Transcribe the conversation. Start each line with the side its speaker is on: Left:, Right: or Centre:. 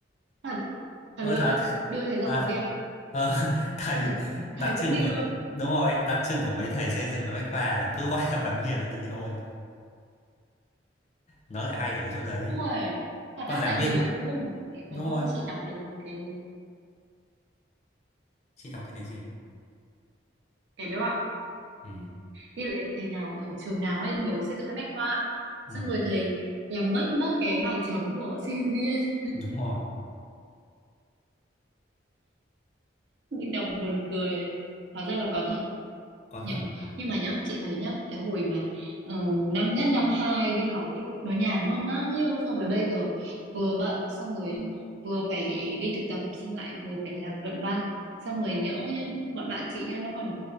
Right: thật thật
Left: ơ
Right: luôn
Left: thật
Right: á đưa thầy ra
Left: à,
Right: quán bia
Left: ờ, <laughs> thầy
Right: xong rồi
Left: đặc
Right: thầy
Left: trưng
Right: cũng đi
Left: của
Right: luôn
Left: đúng rồi đặc trưng của mấy thầy xây dựng và bách khoa là cứ gọi là <laughs> quán bia là đi thôi nó lại hay ở cái chỗ đấy
Right: ôi thật
Left: còn
Right: ra
Left: giảng
Right: tại
Left: viên
Right: vì là hôm cái, cái
Left: đúng
Right: hôm
Left: rồi
Right: chị đọc được một cái
Left: chị đọc được cái gì
Right: cái đoạn
Left: ừ
Right: như là thầy nào ở trường nào ấy nhớ xây dựng các bách khoa
Left: ừ
Right: xong rồi thầy làm mất mất cái bài chấm của <laughs> sinh viên
Left: đúng rồi
Right: những đồng buồn cười hóa ra là có thật
Left: có thật
Right: nhỉ
Left: mà
Right: nhưng mà nhá chị thấy nhá cái hồi mà ừ, năm nhất năm hai đi học ấy nó nhàn hơn bao nhiêu so với bây giờ vừa bận xong rồi vừa phải đi thực tập xong lại vừa phải làm luận văn xong rồi nhỡ nhá bọn bạn chị nhá nó còn